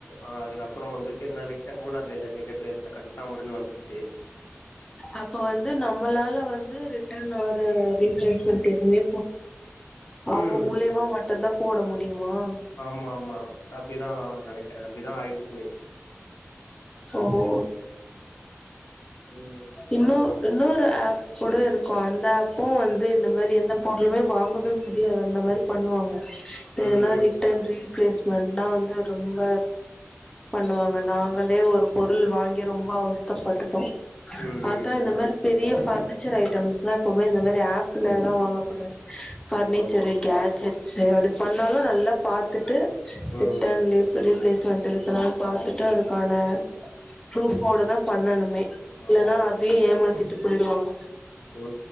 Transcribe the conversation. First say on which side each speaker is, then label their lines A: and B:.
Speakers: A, on the left; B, on the left.
A: ஆ அதுக்கப்பறோ வந்து செரினா விட்ட மூணா தேதி கிட்ட பேஸ்ல கன்ஃபார் முடினு வந்துச்சு
B: அப்போ வந்து நம்மளால வந்து ரிட்டன் ஒரு ரீப்ளேஸ்மெண்ட் எதுமே அவங்க
A: ம்
B: மூலியமா மட்டுதா போட முடியுமா
A: ஆமா ஆமா அப்டிதா நனைக்கிறே அப்டிதா ஆய்டுச்சு நேத்து
B: ஒஹோ
A: ம்
B: இன்னு
A: அதுதா
B: இன்னூறு ஆப் கூட இருக்கு அந்த ஆப்பு வந்து இந்த மாரி எந்த பொர்ளுமே வாங்கவே முடியாது அந்த மாரி பண்ணுவாங்க
A: ம்
B: ஏன்னா
A: ம்
B: ரிட்டன் ரீப்ளேஸ்மெண்ட்னா வந்து ரொம்ப பண்ணுவாங்க
A: ஆமா
B: நாங்களே
A: ஆமா
B: ஒரு பொருள் வாங்கி ரொம்ப அவஸ்தப்பட்டுட்டோ
A: ம் ம்
B: அதா இந்த
A: ம்
B: மாரி பெரிய ஃர்னிச்சர் ஐட்டம்ஸ்லா எப்புமே இந்த மாரி ஆப்லல்லா வாங்கக் கூடாது ஃபர்னிச்சரு
A: ஆமா ஆமா
B: கேஜெட்ஸு அப்டி பண்ணாலு நல்லா பாத் த்துட்டு
A: ம்
B: ரிட்டன் லீப்பு ரீப்ளேஸ்மெண்ட் இருக்குதான் பாத்துட்டு அதுக்கான ப்ருஃபோட தா பண்ணணுமே இல்லனா
A: ஆமா ஆமா
B: அத் தே ஏமாத்திட்டு போய்டுவாங்க
A: ஊ